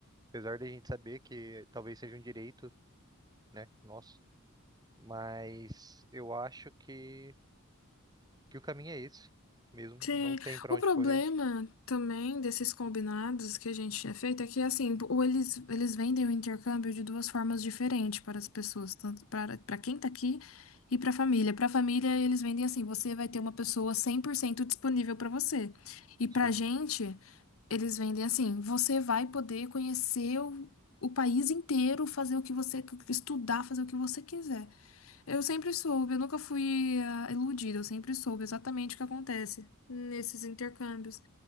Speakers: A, on the right; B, on the left.
A: Apesar de a gente saber que talvez seja um direito, né, nosso, mas eu acho que, que o caminho é esse mesmo,
B: Sim,
A: não tem para
B: o
A: onde
B: problema
A: correr.
B: também desses combinados que a gente tinha feito é que, assim, ou eles, eles vendem o intercâmbio de duas formas diferentes para as pessoas, tanto para, para quem tá aqui e para a família. Para a família, eles vendem assim, você vai ter uma pessoa 100% disponível para você. E para
A: Sim.
B: a gente, eles vendem assim, você vai poder conhecer o, o país inteiro, fazer o que você estudar, fazer o que você quiser. Eu sempre soube, eu nunca fui ah, iludida, eu sempre soube exatamente o que acontece nesses intercâmbios.